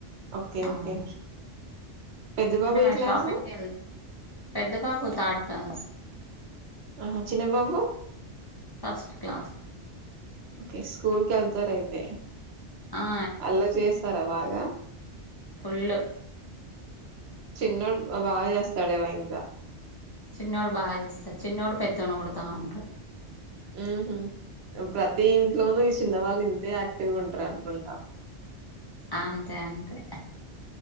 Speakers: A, on the right (about 65°); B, on the left (about 40°).
A: ఓకే
B: అవును
A: ఓకే పెద్ద బాబు
B: అంటే
A: ఏ
B: మన
A: క్లాస్
B: షాపింగ్కి వెళ్ పెద్ద బాబు థర్డ్ క్లాస్
A: ఆహా చిన్న బాబు
B: ఫస్ట్ క్లాస్
A: ఓకే స్కూల్ కేళ్తారైతే
B: ఆ
A: అల్ల చేస్తారా బాగా
B: ఫుల్ు
A: చిన్నోడు బాగా చేస్తాడేవో ఇంకా
B: చిన్నోడు బాగా చేస్తాడు చిన్నోడు పెద్దోన్ని కొడుతానే ఉంటాడు
A: మ్ హు ప్రతి ఇంట్లోనూ ఈ చిన్న వాళ్ళు ఇంతే యాక్టివ్ గా ఉంటారు అనుకుంటా
B: అంతే అంతే